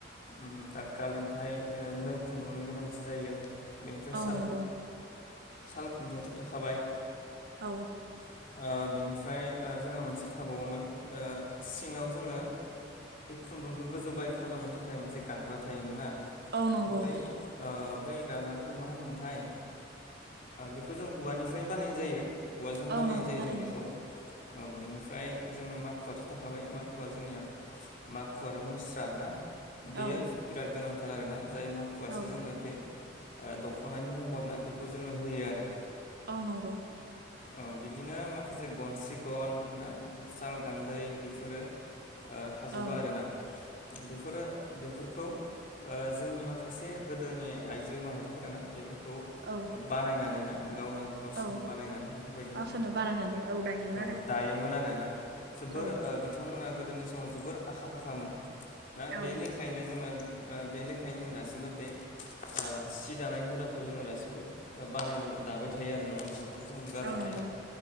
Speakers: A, on the left; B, on the right.
A: उम ताथखाल ओफाय ओ नो खुन्दुंनि गोनांथि जायो। बेनिफ्राय साल
B: औ नंगौ
A: साल खुन्थायाथ' थाखाबाय
B: औ
A: ओ बेनिफ्राय ओ जोंहा मोनसे थाबावोमोन ओ सिंङाव जोंङो बे खुन्दुंखौ गोजौ गाय खालामनो थाखाय मोनसे गाग्रा थायोमोन ना?
B: औ नंगौ
A: बे ओ बै गाग्रा खौ मा होनोमोनथाय ओ बेखौ जों औवानिफ्रायनो बानायनाय जायो। औवाजों
B: औ
A: बानायनाय
B: नंगौ
A: जायो
B: थारैनो
A: जों बेखौ औ बेनिफ्राय जोंना माखुवाथ' थाखाबाय माखुवा जोंनिया माखु आरो मुस्रा ना? बेयो
B: औ
A: बिराद गोनांथार आरोना जाय माखुआसो
B: औ
A: जोंनो बे ओ दख'नानि महर ना बेखौ जोंनो होयो आरो ओ
B: औ नंगौ
A: अ बिदिनो माखासे गनसि गन ना साल गान्दै बेफोरो ओ थाजोबो
B: औ
A: आरोना? बेफोरो बेफोरखौ ओ जोंनि माखासे गोदोनि आइजो माहारि फोराना बेफोरखौ
B: औ
A: बानायनानै ना गावनो गावसोरनो
B: औ
A: बानायनानै बेफोरबायदिनो
B: गावसोरनो बानायनानै दायोमोन
A: ओ औ
B: आरो
A: दायोमोन आरोना जोबोर
B: औ
A: ओ बिथांमोना गो दोनि समाव जोबोर आखा फाखामोन ना
B: औ
A: बे लेखायैनो जोंङो ओ बे लेखायैनो जों दासिमबो बे ओ सि दानाय हुदाखौ जोंङो दासिमबो ओ बानाय दाबाय थायो आरो नंङा होमबा बे खौ जों गारनो
B: औ
A: हाया।
B: नंगौ